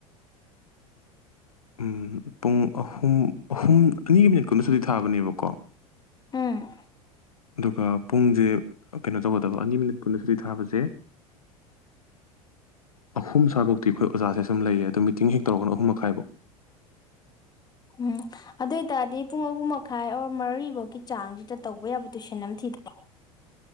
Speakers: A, on the left; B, on the left.
A: ꯎꯝ ꯄꯨꯡ ꯑꯍꯨꯝ ꯑꯍꯨꯝ ꯑꯅꯤꯒꯤ ꯃꯤꯅꯤꯠ ꯀꯨꯟꯗ ꯁꯨꯗꯤ ꯊꯥꯕꯅꯦꯕꯀꯣ
B: ꯎꯝ꯫
A: ꯑꯗꯨꯒ ꯄꯨꯡꯖꯦ ꯀꯩꯅꯣ ꯇꯧꯒꯗꯕ ꯑꯅꯤ ꯃꯤꯅꯤꯠ ꯀꯨꯟ ꯁꯨꯇꯤ ꯊꯥꯕꯖꯦ ꯑꯍꯨꯝ ꯁ꯭ꯋꯥꯕꯥꯎꯇꯤ ꯑꯩꯈꯣꯏ ꯑꯣꯖꯥꯖꯦ ꯁꯨꯝ ꯂꯩꯌꯦ ꯑꯗꯣ ꯃꯤꯇꯤꯡ ꯍꯦꯛ ꯇꯧꯔꯒꯅ ꯑꯍꯨꯝ ꯃꯈꯥꯏꯕꯧ꯫
B: ꯎꯝ ꯑꯗꯨ ꯑꯣꯏꯇꯥꯔꯗꯤ ꯄꯨꯡ ꯑꯍꯨꯝ ꯃꯈꯥꯏ ꯑꯣꯔ ꯃꯔꯤ ꯒꯤ ꯆꯥꯡꯖꯤꯗ ꯇꯧꯕ ꯌꯥꯕꯗꯨ <unintelligible>